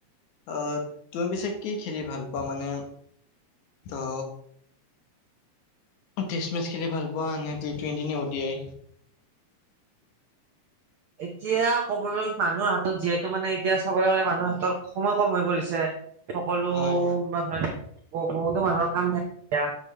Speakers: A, on the left; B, on the right.
A: আহ তুমি পিছে কি খেলি ভাল পোৱা মানে? তো ক্ৰীষ্টমেছ খেলি ভাল পোৱা নে টি টুৱেণ্টি নে অডিয়াই?
B: এতিয়া কবলৈ মানুহৰ হাতত যিহেতু মানে এতিয়া চাবলৈ গ'লে মানুহে সহতৰ সময় কম হৈ পৰিছে। সকলোয়
A: হয়
B: বহুতো মানুহৰ কাম থাকেয়া